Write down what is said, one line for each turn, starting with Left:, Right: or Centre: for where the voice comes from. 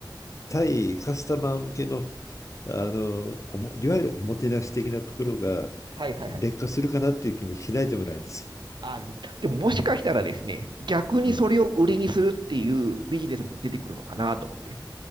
Left: 対カスタマー向けの、あのおもいわゆるおもてなし的なところが
Right: はいはいはい。
Left: 劣化するかなっていう気もしないでもないです。
Right: あ、でももしかしたらですね、逆にそれを売りにするっていうビジネスも出てくるのかなと思って。
Left: うん、